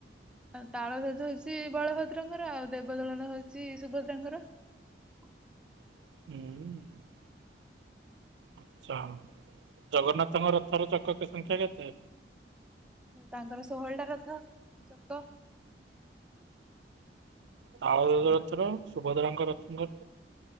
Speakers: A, in the centre; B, on the right (about 85°).
A: ତାଳଧ୍ୱଜ ହେଉଛି ବଳଭଦ୍ରଙ୍କର ଆଉ ଦେବଦଳନ ହେଉଛି ସୁଭଦ୍ରା ଦ୍ରା ଙ୍କର।
B: ହୁଁ। ଆଚ୍ଛା ଜଗନ୍ନାଥ ତମର ଥରର ଚକ ସ ସଂଖ୍ୟା କେତେ?
A: ତାଙ୍କର ଷୋହଳ ଟା ରଥ ଚକ।
B: ତାଳଧ୍ୱଜ ରଥର ସୁଭଦ୍ରାଙ୍କ ରଥଙ୍କ-